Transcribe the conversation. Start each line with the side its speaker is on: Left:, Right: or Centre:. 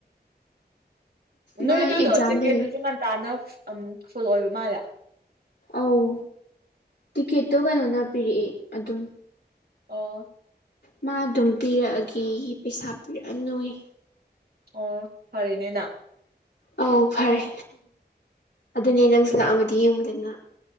Right: ꯎꯝ ꯅꯣꯏ
Left: ꯃꯥ
Right: ꯑꯗꯨꯗꯣ
Left: ꯑꯦꯛꯖꯥꯝ
Right: ꯇꯤꯀꯦꯠ
Left: ꯂꯩꯌꯦ
Right: ꯇꯨꯁꯨ ꯉꯟꯇꯥꯅ ꯎꯝ ꯐꯨꯜ ꯑꯣꯏꯕ ꯃꯥꯟꯂꯦ
Left: ꯑꯧ ꯇꯤꯛꯀꯦꯠꯇꯣ ꯀꯩꯅꯣꯅ ꯄꯤꯔꯛꯑꯦ ꯑꯗꯨꯝ
Right: ꯑꯣ
Left: ꯃꯥ ꯑꯗꯨꯝ ꯄꯤꯔꯛꯑꯒꯦꯌꯦ ꯄꯩꯁꯥ ꯄꯤꯔꯛꯑ ꯅꯣꯌꯦ
Right: ꯑꯣ ꯐꯔꯦꯅꯦ ꯅꯪ
Left: ꯑꯧ ꯐꯔꯦ ꯑꯗꯨꯅꯦ ꯅꯪꯁꯨ ꯂꯥꯛꯑꯝꯃꯗꯤ ꯌꯦꯡꯉꯨꯗꯅ